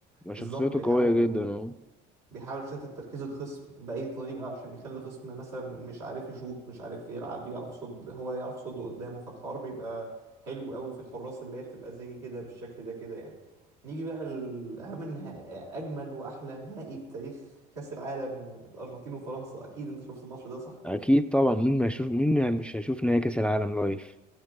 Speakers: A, in the centre; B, on the right (about 85°).
A: ما شخصيته
B: بالظبط بيحاول
A: قوية جدا أه
B: بيحاول يشتت تركيز الخصم بأي طريقة عشان يخلي الخصم مثلا مش عارف يشوط مش عارف يلعب يعرف يصد هو يعرف يصد قدامه فالحوار بيبقى حلو قوي في الحراس اللي هي بتبقى زي كده بالشكل ده كده يعني نيجي بقى لأهم النها... أجمل وأحلى نهائي في تاريخ كأس العالم الأرجنتين وفرنسا أكيد أنت شفت الماتش ده صح؟
A: أكيد طبعا مين ما يشوف مين مش هيشوف نهائي كأس العالم لايف